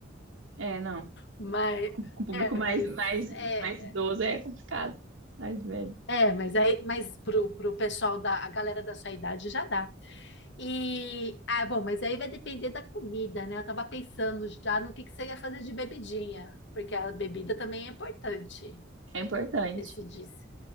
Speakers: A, on the right (about 80°); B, on the left (about 65°).
A: é, não.
B: Mas,
A: Com, com o público
B: é,
A: mais,
B: mas.
A: mais,
B: é,
A: mais idoso é complicado. Mais velho.
B: É, mas aí, mas pro, pro pessoal da, a galera da sua idade já dá. E, ah, bom, mas aí vai depender da comida, né? Eu tava pensando já no que que você ia fazer de bebidinha, porque a bebida também é importante
A: É importante.
B: decidir se